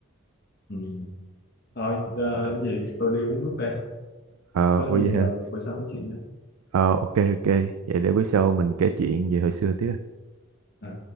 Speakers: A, on the left; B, on the right.
A: ừ. thôi ờ, cái gì tôi đi uống nước đây
B: Ờ,
A: có
B: ôi
A: gì
B: vậy ha
A: ờ, bữa sau nói chuyện nhé
B: Ờ, ok ok vậy để bữa sau mình kể chuyện về hồi xưa tiếp
A: À.